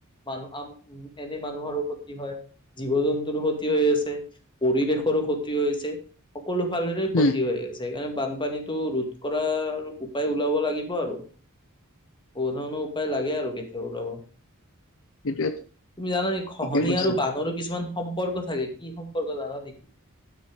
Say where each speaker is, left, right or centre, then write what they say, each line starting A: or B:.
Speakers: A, on the left; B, on the left.
A: মানুহ উম এনে মানুহৰো ক্ষতি হ, য় জীৱ জন্তুৰো ক্ষতি হৈ আছে, পৰিৱেশ ৱেশৰো ক্ষতি হৈছে সকলো ফালেৰে ক্ষতি
B: উম
A: হৈ গৈছে। সেইকাৰণে বানপানীটো ৰোধ কৰাৰ উপায় ওলাব লাগিব আৰু। বহু ধৰণৰ উপায় লাগে আৰু কেতিয়া ওলাব।
B: সেইটোৱে
A: তুমি জানানে খহনীয়া
B: ঠিকে কৈছা
A: আৰু বানৰো কিছুমান সম্পৰ্ক চাগে? কি সম্পৰ্ক জানা নেকি?